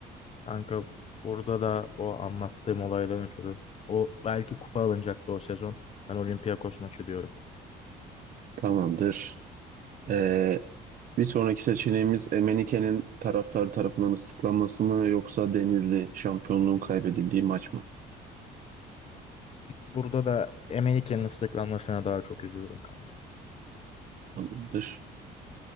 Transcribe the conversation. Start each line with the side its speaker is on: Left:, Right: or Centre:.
Left: Kanka burada da o anlattığım olaydan ötürü o belki kupa alınacaktı o sezon. Ben Olympiakos maçı diyorum.
Right: Tamamdır. Ee, bir sonraki seçeneğimiz Emenike'nin taraftarı tarafından ıslıklanması mı yoksa Denizli şampiyonluğun kaybedildiği maç mı?
Left: Burada da Emenike'nin ıslıklanmasına daha çok üzülürüm kanka.
Right: Tamamdır.